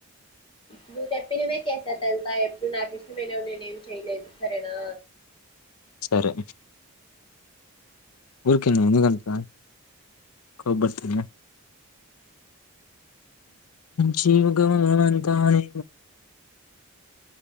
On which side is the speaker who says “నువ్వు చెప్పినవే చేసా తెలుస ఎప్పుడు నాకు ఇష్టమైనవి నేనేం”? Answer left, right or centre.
Left